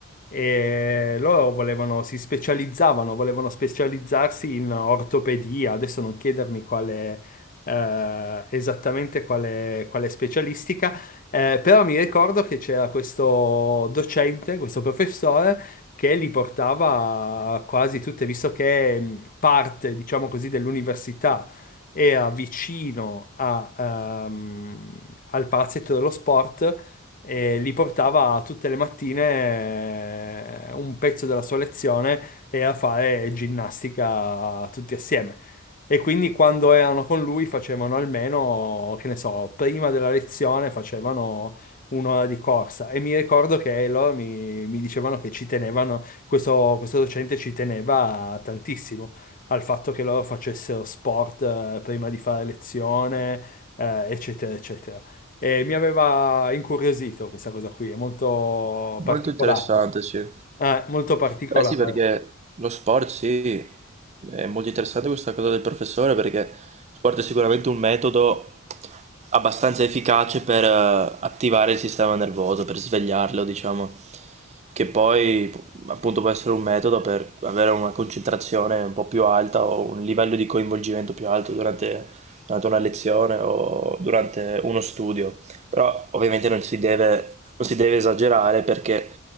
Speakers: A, on the left (about 40°); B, on the right (about 30°).
A: e loro volevano, si specializzavano, volevano specializzarsi in ortopedia. Adesso non chiedermi quale, eh, esattamente quale quale specialistica eh, però mi ricordo che c'era questo docente, questo professore, che li portava quasi tutte, visto che mh, parte, diciamo così, dell'università era vicino a, ehm, al palazzetto dello sport e li portava tutte le mattine eh, un pezzo della sua lezione e a fare ginnastica tutti assieme. E quindi quando erano con lui facevano almeno, che ne so, prima della lezione facevano un'ora di corsa. E mi ricordo che loro mi, mi dicevano che ci tenevano, questo, questo docente ci teneva tantissimo al fatto che loro facessero sport eh, prima di fare lezione, eh, eccetera, eccetera. E mi aveva incuriosito questa cosa qui, è molto particolare.
B: Molto interessante, sì.
A: Eh, molto particolare.
B: Beh sì, perché lo sport sì, è molto interessante questa cosa del professore perché lo sport è sicuramente un metodo abbastanza efficace per eh, attivare il sistema nervoso, per svegliarlo, diciamo, che poi appunto può essere un metodo per avere una concentrazione un po' più alta o un livello di coinvolgimento più alto durante, durante una lezione o durante uno studio. Però ovviamente non si deve non si deve esagerare perché